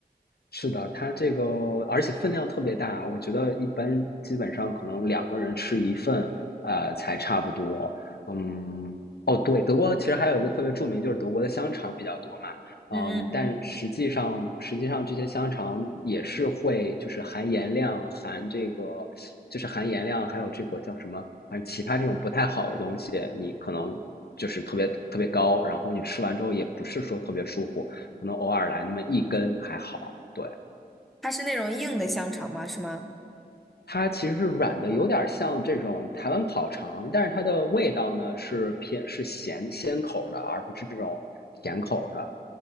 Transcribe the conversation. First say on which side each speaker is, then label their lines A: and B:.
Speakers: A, on the left; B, in the centre.
A: 是的，它这个而且分量特别大，我觉得一般基本上可能两个人吃一份，呃，才差不多。嗯，哦，对，德国其实还有一个特别著名，就是德国的香肠比较多嘛。
B: 嗯嗯嗯，
A: 嗯，但实际上实际上这些香肠也是会就是含盐量、含这个就是含盐量，还有这个叫什么，反正其他这种不太好的东西，你可能就是特别特别高，然后你吃完之后也不是说特别舒服。可能偶尔来那么一根还好。对，
B: 它是那种硬的香肠吗？是吗？
A: 它其实是软的，有点像这种台湾烤肠，但是它的味道呢是偏是咸鲜口的，而不是这种甜口的。